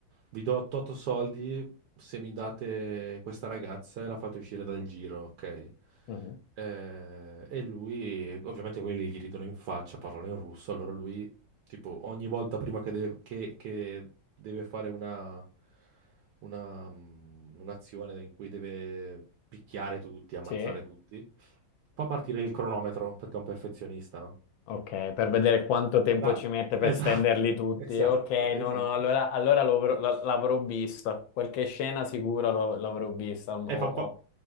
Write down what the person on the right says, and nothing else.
vi do 8 soldi se mi date questa ragazza e la fate uscire dal giro, ok?
Eh, e lui, ovviamente quelli gli ridono in faccia, parlano in russo, allora lui tipo ogni volta prima che deve, che- che deve fare una una, mm, un'azione in cui deve picchiare tutti, ammazzare
tutti, fa partire il cronometro perché è un perfezionista, no?
Da-
Esatto,
<laughs> esatto,
esatto.
No.
E fa,
pa-